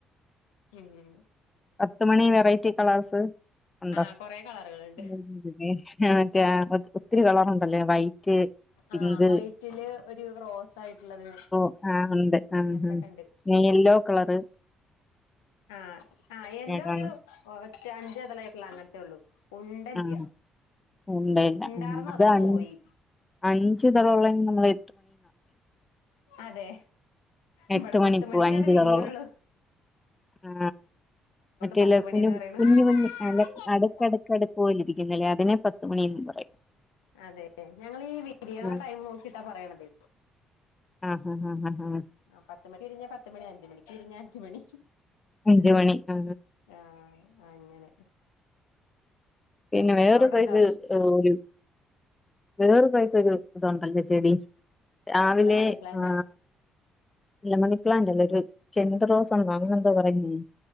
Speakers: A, on the left; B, on the left.
A: മ്
B: പത്ത്മണി വെറൈറ്റി കളേഴ്സ് ഉണ്ടോ.
A: ആഹ് കൊറെ കളറുകളുണ്ട്
B: <inaudible> അ മറ്റേ ഒത്തിരി കളറുണ്ടല്ലേ വൈറ്റ് പിങ്ക്
A: ആഹ് വൈറ്റില് ഒരു റോസ് ആയിട്ടുള്ളത്
B: ഒ ആ ഉണ്ട് ആ
A: അങ്ങനത്തൊക്കെ
B: അ
A: ഉണ്ട്
B: നീല്.. യെല്ലോ കളറ്
A: ആഹ് ആ യെല്ലോ
B: കാണും.
A: ഒരു ഒറ്റ അഞ്ചതളായിട്ടുള്ള അങ്ങനത്തെേ ഉള്ളൂ. ഉണ്ടല്ല
B: ആഹ ഉണ്ടല്ല
A: ഉണ്ടാർന്നു
B: അത്
A: അതൊക്കെ
B: അഞ്
A: പോയി
B: അഞ്ച് ഇതളുള്ളതൊന്നും നമ്മളെ
A: അതെ
B: എട്ട്
A: ഇവിടെ പത്ത്
B: മണിപ്പൂ
A: മണിക്കേ
B: അഞ്ച്
A: അത് വിരിയുള്ളു.
B: തളമുള്ള ആ മറ്റേല്ല
A: പത്ത് മണിന്ന്
B: കുഞ്ഞ്
A: പറയണു
B: കുഞ്ഞു കുഞ്ഞ് അല്ല അടുക്ക്ടുക്ക്അടുക്ക് പോലെ ഇരിക്കുന്നല്ലേ അതിനെ പത്ത് മണീന്നും പറയും.
A: അതെ ഞളങ്ങീ വിരിയണ
B: ആ
A: ടൈം നോക്കിട്ടാ പറയണത്.
B: ആഹ് ഹഹ് ഹഹ് ഹ്
A: ആ പത്ത് വിരിഞ്ഞ പത്ത് മണി അഞ്ച് മണിക്ക് വിരിഞ്ഞാ അഞ്ച് മണി.
B: അഞ്ച് മണി ആ
A: ആ അങ്ങനെ
B: പിന്നെ വേറൊരു
A: അവിടെണ്ടോ
B: സൈസ് ഒരു വേറൊരു സൈസ് ഇതൊരു ഇതൊണ്ടല്ലോ ചെടി -- രാവിലെ
A: എന്താ മണി പ്ലാന്റ്
B: ആ
A: ആണോ
B: ഇല്ല മണി പ്ലാന്റ് അല്ലേ രു ചെണ്ട്റോസം എന്താ പറയില്ലേ.